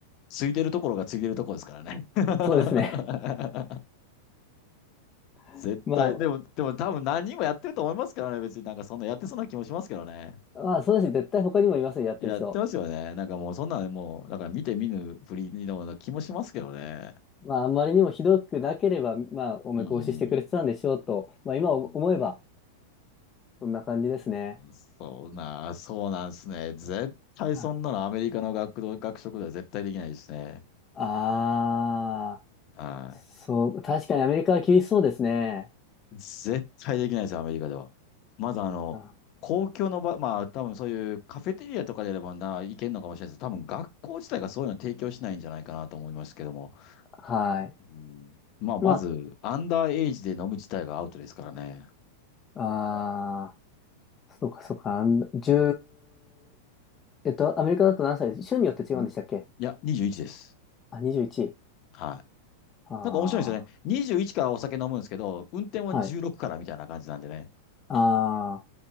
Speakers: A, on the left (about 35°); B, on the left (about 15°).
A: ついでるところがついでるところですからね。<laughs>
B: そうですね。<laughs>
A: 絶対、
B: ま
A: でも、でも多分何人もやってると思いますからね。別になんかそんなやってそうな気もしますけどね。
B: あ、まあそうですね。絶対他にもいますよ、やってる人。
A: やってますよね。なんかもうそんなのもう、なんか見て見ぬふりのような気もしますけどね。
B: まあ、あんまりにもひどくなければ、まあ、お目通ししてくれてたんでしょうと、
A: うん。
B: まあ、今思えば、
A: うん
B: そんな感じですね。
A: そうな、そうなんですね。絶対そんなのアメリカの学童、
B: あ
A: 学食では絶対できないですね。
B: あー
A: は
B: そう、確かにアメリカは厳しそうですね。
A: い。絶対できないですよ、アメリカでは。まずあの、
B: あ、
A: 公共の場、まあ多分そういうカフェテリアとかであればな、いけるのかもしれないです。多分学校自体がそういうの提供しないんじゃないかなと思いますけども。
B: はい。
A: うん、まあまず、
B: ま
A: アンダーエイジで飲む自体がアウトですからね。
B: あ、ああ、そうか、そうか、あん1えっと、アメリカだと何歳です州によって違うんでしたっけ
A: んいや、21です。
B: あ、21。
A: はい。
B: あ
A: なんか面白いですよね。21からお酒飲むんですけど、運転は16からみたいな感じなんでね。
B: あ、はい。ああ、